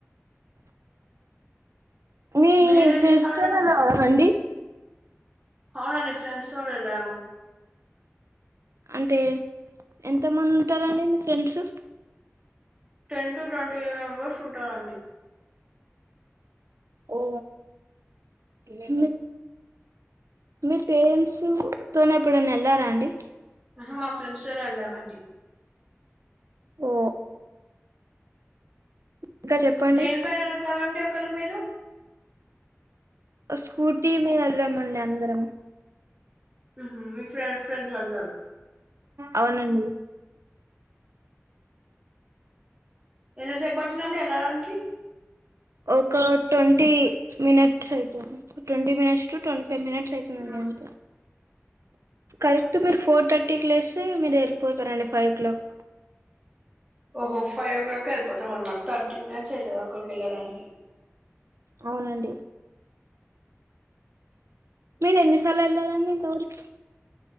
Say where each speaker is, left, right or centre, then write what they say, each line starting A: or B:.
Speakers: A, on the right (about 85°); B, on the right (about 25°).
A: మీ
B: మీరు ఎన్నిసార్లు
A: ఫ్రీల్స్ చూడలేదా
B: వెళ్ళ
A: అండి
B: అవునండి ఫ్రెడ్స్ తో వెళ్ళాము
A: అంటే ఎంత మంది ఉంటారండి మీ friends
B: ten to twenty five members ఉంటారండి
A: ఓ లే మీ పేరెంట్స్ తోనే ఎప్పుడన్నా ఏళ్లారా అండి
B: ఆహా మా ఫ్రెండ్స్ తోనే వెళ్దామాండి
A: ఓ ఇంకా చెప్పండి
B: దేని పైన వెళ్తారండి అక్కడి మీరు
A: స్కూటీ మీద వెళ్ళమండి అందరం
B: ఉహుమ్ మీ ఫ్రెండ్స్ ఫ్రెండ్స్ అందరు
A: అవునండి
B: ఎంతసేపు పట్టిదండి వెళ్ళడానికి
A: ఒక ట్వంటీ మినిట్స్ అయితుంది twenty minutes to twenty ten minutes అవుతుందండి
B: ఉమ్.
A: అంతే కరెక్ట్ మీరు ఫోర్ థర్టీ కి లేస్తే మీరు వెళ్ళిపోతారండి ఫైవ్ ఓ క్లాక్
B: ఓహో ఫైవ్ ఓ క్లాక్ వెళ్ళపోతాం అనమాట థర్టీ మీనిట్స్ అవుతద అక్కడికి వెళ్ళడానికి
A: అవునండి మీనేన్నిసార్లు వెళ్ళలారండి ఇంతవరకు.